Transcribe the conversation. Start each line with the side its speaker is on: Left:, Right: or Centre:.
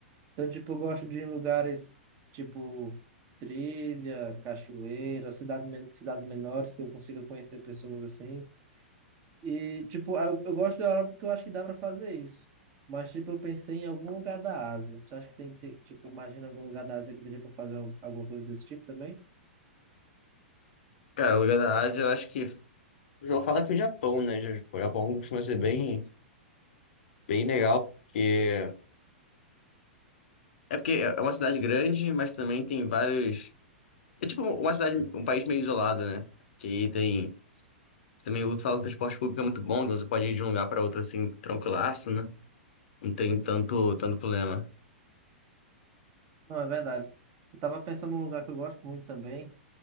Right: Então, tipo, eu gosto de ir em lugares tipo trilha, cachoeira, cidade, men- cidades menores que eu consiga conhecer pessoas assim. E, tipo, eu, eu gosto da Europa porque eu acho que dá pra fazer isso. Mas, tipo, eu pensei em algum lugar da Ásia. Você acha que tem que ser, tipo, imagina algum lugar da Ásia que daria pra fazer um- alguma coisa desse tipo também?
Left: Cara, o lugar da Ásia, eu acho que. Eu vou falar que o Japão, né? Ja-, O Japão costuma ser bem, bem legal, porque. É porque é é uma cidade grande, mas também tem vários. É tipo uma cidade, um país meio isolado, né? Que aí tem. Também o fala que o transporte público é muito bom, então você pode ir de um lugar para outro assim, tranquilaço, né? Não tem tanto, tanto problema.
Right: Não, é verdade. Eu tava pensando num lugar que eu gosto muito também,